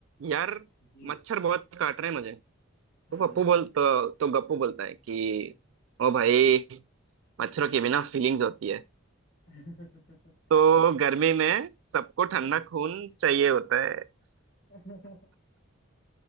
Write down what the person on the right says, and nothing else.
यार
मच्छर बहुत काट रहे हैं मुझे
तो
पप्पू बोल तो, तो गप्पू बोलता है कि ओ भाई मच्छरों की भी ना फीलिंग्स होती है
तो गर्मी में सबको
ठंडा खून चाहिए होता है